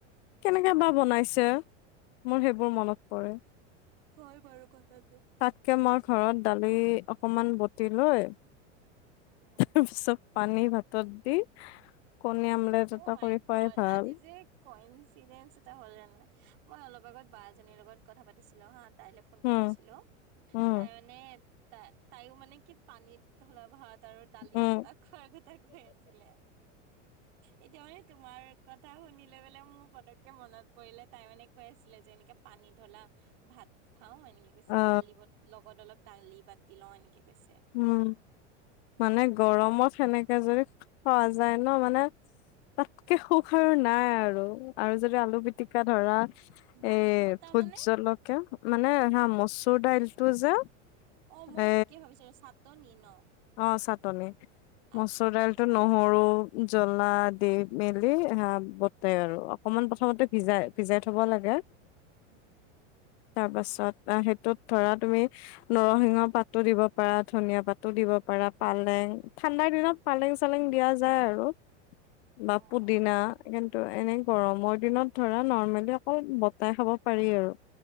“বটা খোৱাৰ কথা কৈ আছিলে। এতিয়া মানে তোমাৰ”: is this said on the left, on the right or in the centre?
Right